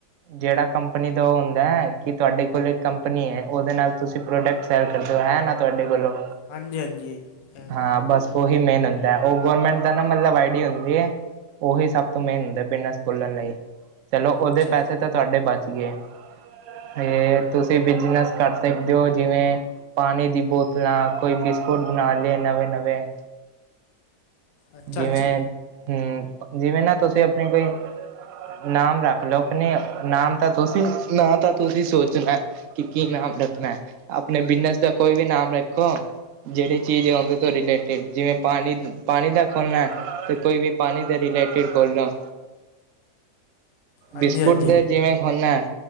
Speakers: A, on the right; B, on the left.
A: ਜਿਹੜਾ ਕੰਪਨੀ ਦਾ ਉਹ ਹੁੰਦਾ ਹੈ ਕਿ ਤੁਹਾਡੇ ਕੋਲ ਇੱਕ ਕੰਪਨੀ ਹੈ ਉਹਦੇ ਨਾਲ ਤੁਸੀਂ ਪ੍ਰੋਡਕਟ ਸੈਲ ਕਰਦੇ ਹੋ ਹੈਂ? ਹੈਨਾ। ਤੁਹਾਡੇ ਕੋਲੋਂ,
B: ਹਾਂਜੀ ਹਾਂਜੀ ਇਹ ਹੈਗਾ।
A: ਹਾਂ ਬਸ। ਉਹੀ ਮੇਨ ਹੁੰਦਾ ਹੈ ਉਹ ਗੌਰਮੈਂਟ ਦਾ ਨਾ ਮਤਲਬ ਆਈਡੀ ਹੁੰਦੀ ਹੈ। ਉਹੀ ਸਭ ਤੋਂ ਮੇਨ ਹੁੰਦਾ ਬਿਨਾਂ ਸਕੋਲਣ ਲਈ ਚਲੋ ਉਹਦੇ
B: ਅੱਛਾ ਜੀ
A: ਤਾਂ ਤੁਹਾਡੇ ਬਚ ਗਿਆ। ਤੇ ਤੁਸੀਂ ਬਿਜਨਸ ਕਰ ਸਕਦੇ ਹੋ ਜਿਵੇਂ ਪਾਣੀ ਦੀ ਬੋਤਲਾਂ ਕੋਈ ਬਿਸਕੁਟ ਬਣਾ ਲੇ ਨਵੇਂ-ਨਵੇਂ।
B: ਅੱਛਾ
A: ਜਿਵੇਂ
B: ਅੱਛਾ
A: ਤੇ ਜਿਵੇਂ ਨਾ, ਤੁਸੀਂ ਆਪਣੀ ਕੋਈ ਨਾਮ ਰੱਖ ਲਓ ਆਪਣੇ ਨਾਮ ਤਾਂ ਤੁਸੀਂ, ਨਾ ਤਾਂ ਤੁਸੀਂ ਸੋਚਣਾ। ਕਿ-ਕੀ ਨਾਮ ਰੱਖਣਾ ਹੈ ਆਪਣੇ ਬਿਜਨਸ ਦਾ ਕੋਈ ਵੀ ਨਾਮ ਰੱਖੋ। ਜਿਹੜੀ ਚੀਜ਼ ਆ ਉਹਦੇ ਤੋਂ ਰਿਲੇਟਿਡ ਜਿਵੇਂ ਪਾਣੀ-ਪਾਣੀ ਦਾ ਖੋਲ੍ਹਣਾ, ਅਤੇ ਕੋਈ ਵੀ ਪਾਣੀ ਦੇ ਰਿਲੇਟਿਡ ਖੋਲ੍ਹਣਾ।
B: ਹਾਂਜੀ
A: ਬਿਸਕੁਟ
B: ਹਾਂਜੀ
A: ਦੇ ਜਿਵੇਂ ਖੋਲਨਾ ਐ,